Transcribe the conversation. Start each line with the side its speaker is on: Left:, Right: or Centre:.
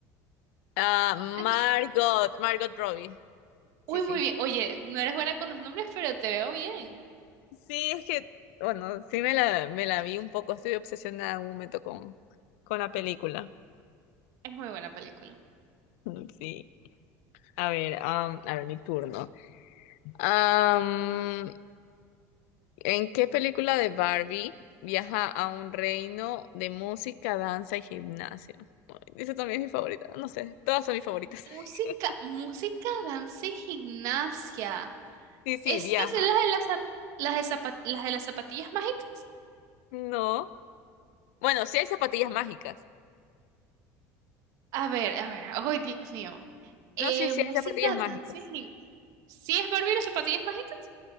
Left: Ah, Margot,
Right: Es-
Left: Margot Robbie.
Right: Uy,
Left: Sí, sí.
Right: muy bien. Oye, no eres buena con los nombres, pero te veo bien.
Left: Sí, es que, bueno, sí me la, me la vi un poco. Estuve obsesionada en un momento con, con la película.
Right: Es muy buena película.
Left: <laughs> Sí. A ver, am, a ver, mi turno. Am, ¿en qué película de Barbie viaja a un reino de música, danza y gimnasia? Ay, Esa también es mi favorita. No sé, todas son mis favoritas.
Right: Música,
Left: <laughs>
Right: música, danza y gimnasia.
Left: Sí, sí,
Right: ¿Estas
Left: viaja.
Right: son las de las, zap- las, de zapa- las de las zapatillas mágicas?
Left: No. Bueno, sí hay zapatillas mágicas.
Right: A ver, a ver. Ay, Dios mío. Eh,
Left: No, sí, sí
Right: música,
Left: hay zapatillas mágicas.
Right: dancing. ¿Sí es Barbie y las zapatillas mágicas?